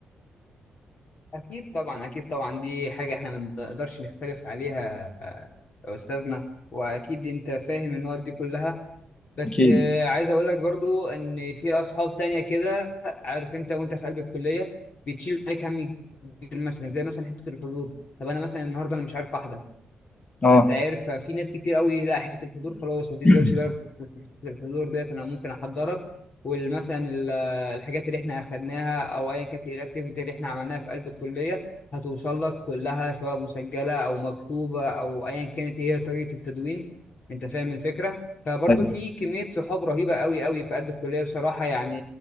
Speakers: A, on the left; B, on the left.
A: اكيد طبعا اكيد طبعا دي حاجه احنا ما نقدرش نختلف عليها آه، يا استاذنا واكيد انت فاهم النقط دي كلها بس
B: أكيد
A: آه، عايز اقول لك برضو ان في اصحاب تانية كده عارف انت وانت في قلب الكليه بتشيل عليك هم كبير مثلا زي مثلا حته الحضور طب انا مثلا النهارده انا مش عارف احضر
B: أه
A: فانت عارف في ناس كتير قوي لا حته الحضور خلاص ما تشغلش
B: <clears throat>
A: بالك بحته الحضور ديت انا ممكن احضرك والمثلا ال- الحاجات اللي احنا اخدناها او ايا كانت الاكتيفيتي اللي احنا عملناها في قلب الكليه هتوصل لك كلها سواء مسجله او مكتوبه او ايا كانت هي طريقه التدوين انت فاهم الفكره فبرضه
B: أيوة.
A: في كميه صحاب رهيبه قوي قوي في قلب الكليه بصراحه يعني